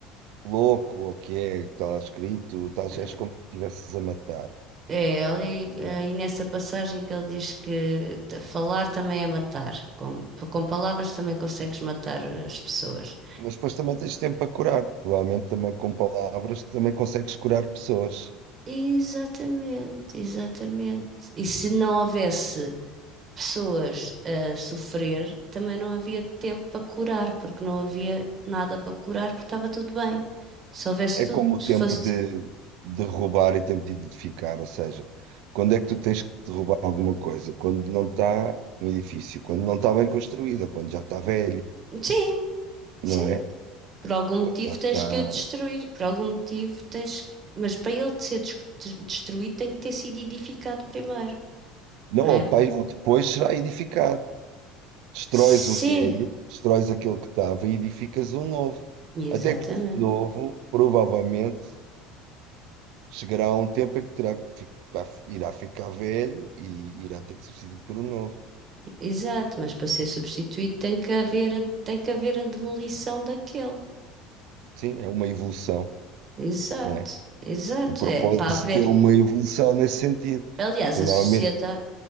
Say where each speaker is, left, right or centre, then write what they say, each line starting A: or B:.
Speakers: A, on the right; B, on the right.
A: louco ou o que é que está lá escrito, estás,
B: eh,
A: és como se estivesses a matar.
B: É, ela
A: Exato.
B: e, nessa passagem que ele diz que t- falar também é matar. Com, com palavras também consegues matar as pessoas.
A: Mas depois também tens tempo para curar. Provavelmente também com palavras também consegues curar pessoas.
B: Exatamente, exatamente. E se não houvesse pessoas a sofrer, também não havia tempo para curar, porque não havia nada para curar, porque estava tudo bem. Se houvesse
A: É
B: tudo,
A: como o
B: se
A: tempo
B: fosse
A: de,
B: tipo.
A: de roubar e tempo de edificar. Ou seja, quando é que tu tens que derrubar alguma coisa? Quando não está um edifício, quando não está bem construído, ou quando já está velho,
B: Sim,
A: não
B: sim,
A: é?
B: Por algum motivo
A: Quando já está.
B: tens que o destruir, por algum motivo tens. Mas para ele ser des- de- destruído tem que ter sido edificado primeiro,
A: Não,
B: não
A: ou
B: é?
A: pai- ou depois será edificado. Destróis
B: Sim,
A: o velho, destróis aquele que estava e edificas um novo.
B: exatamente.
A: Até que esse novo, provavelmente, chegará a um tempo em que terá que fi- vai- irá ficar velho e irá ter que ser substituído por um novo.
B: Exato, mas para ser substituído tem que haver a, tem que haver a demolição daquele.
A: Sim, é uma evolução,
B: Exato,
A: não é?
B: exato.
A: O propósito
B: É para haver.
A: é uma evolução nesse sentido.
B: Aliás,
A: Tu
B: a
A: normalmente,
B: sociedade.